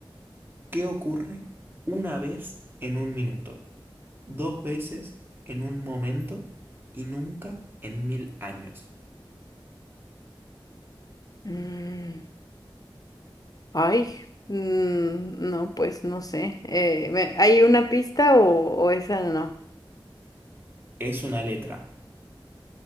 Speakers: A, on the right; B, on the left.
A: ¿qué ocurre una vez en un minuto? dos veces en un momento y nunca en mil años.
B: Mm. Ay, mm, no, pues no sé. Eh, me- ¿hay una pista o, o esa no?
A: Es una letra.